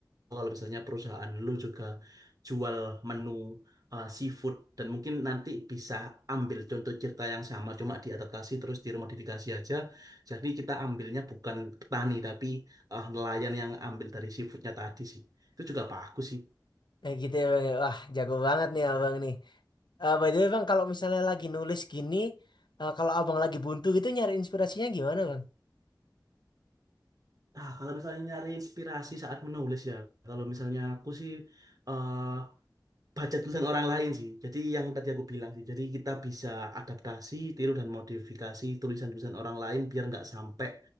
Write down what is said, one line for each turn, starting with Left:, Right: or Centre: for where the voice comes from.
Right: kalau misalnya perusahaan lo juga jual menu eh, seafood dan mungkin nanti bisa ambil contoh cerita yang sama cuma diadaptasi terus diremodifikasi aja jadi kita ambilnya bukan petani tapi eh, nelayan yang ambil dari seafoodnya tadi sih itu juga bagus sih
Left: Eh gitu ya bang ya. wah jago banget nih abang nih Eh by the way bang kalau misalnya lagi nulis gini eh, kalau abang lagi buntu gitu nyari inspirasinya gimana bang
Right: Ah, kalau misalnya nyari inspirasi saat menulis ya, kalau misalnya aku sih eh, baca tulisan orang lain sih. Jadi yang tadi aku bilang sih, jadi kita bisa adaptasi, tiru dan modifikasi tulisan-tulisan orang lain biar nggak sampai